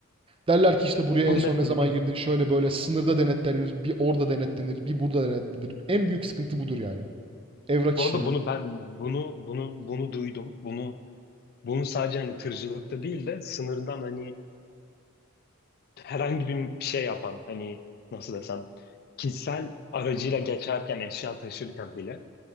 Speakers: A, on the right; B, on the left.
A: Derler ki işte buraya
B: Bu
A: en
B: mesela
A: son ne zaman
B: bir,
A: girdin şöyle böyle sınırda denetlenir, bir orada denetlenir, bir burada denetlenir. En büyük sıkıntı budur yani. Evrak
B: bu
A: işleri.
B: arada bunu ben bunu bunu bunu duydum. Bunu Bunu sadece hani tırcılıkta değil de sınırdan hani herhangi bir şey yapan hani nasıl desem kişisel aracıyla geçerken eşya taşırken bile